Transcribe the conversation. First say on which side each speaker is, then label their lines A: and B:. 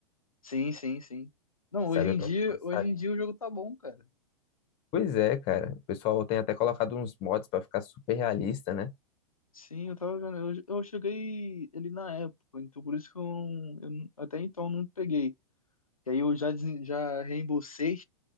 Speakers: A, on the left; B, on the left.
A: Sim, sim, sim. Não,
B: Cyberpunk
A: hoje em dia,
B: quando
A: hoje
B: sai.
A: em dia o jogo tá bom, cara.
B: Pois é, cara. O pessoal tem até colocado uns mods para ficar super realista, né?
A: Sim, eu tava vendo. Eu, eu cheguei ele na época, então por isso que eu, não- eu não- até então não peguei. E aí eu já, desen- já reembolsei